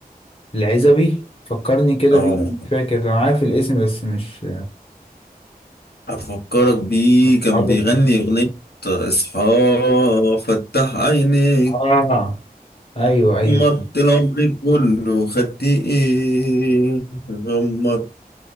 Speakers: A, on the left; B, on the left.
A: العزبي فكرني كده
B: اه
A: بيه مش فاكر انا عارف الاسم بس مش
B: افكرك بيه
A: مش
B: كان
A: حاضر
B: بيغني اغنية اصحى فتح عينيك
A: اه ايوه ايوه
B: غمضت العمر كله خدت ايه غمضت